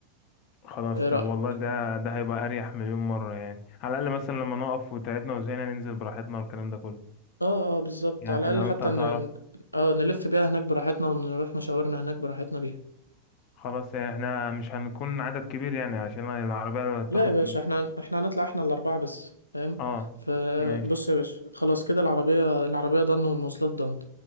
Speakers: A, on the left; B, on the left.
A: خلاص
B: ايه
A: طب
B: رايك
A: والله ده ده هيبقى أريح مليون مرة يعني على الأقل مثلا لما نقف وتعبنا وزهقنا ننزل براحتنا والكلام ده كله
B: اه اه بالظبط
A: يعني
B: على الاقل
A: لو
B: حتى
A: انت هتعرف
B: ن... اه نلف بيها هناك براحتنا ونروح مشاورنا هناك براحتنا بيها
A: خلاص يعني احنا مش هنكون عدد كبير يعني عشان العربية تاخد
B: لا يا باشا احنا احنا هنطلع احنا الاربعه بس فاهم
A: اه
B: فبص
A: ماشي
B: يا باشا خلاص كده العربيه العربيه ضن والمواصلات ضن